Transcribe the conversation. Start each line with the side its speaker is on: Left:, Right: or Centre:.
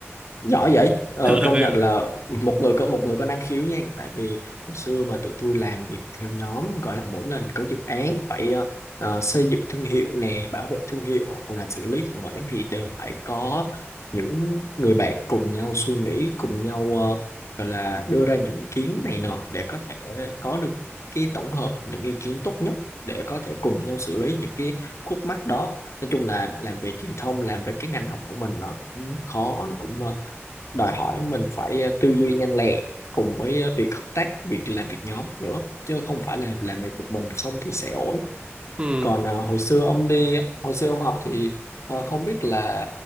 Left: giỏi vậy ờ,
Right: Ờ,
Left: công
Right: <laughs>
Left: nhận là một người có một người có năng khiếu nha tại vì hồi xưa mà tụi tôi làm việc theo nhóm gọi là mỗi lần có dự án phải ờ, ờ, xây dựng thương hiệu nè bảo vệ thương hiệu hoặc là xử lý khủng hoảng thì đều phải có những người bạn cùng nhau suy nghĩ cùng nhau ờ, gọi là đưa ra những ý kiến này nọ để có thể có được cái tổng hợp những ý kiến tốt nhất để có thể cùng nhau xử lý những cái khúc mắc đó nói chung là làm về truyền thông làm về cái ngành học của mình nó cũng khó nó cũng ờ, đòi hỏi mình phải ờ, tư duy nhanh lẹ cùng với ờ, việc hợp tác việc làm việc nhóm nữa chứ không phải là làm việc một mình không thì sẽ ổn
Right: ừ.
Left: còn ờ, hồi xưa ông đi hồi xưa ông học thì ờ, không biết là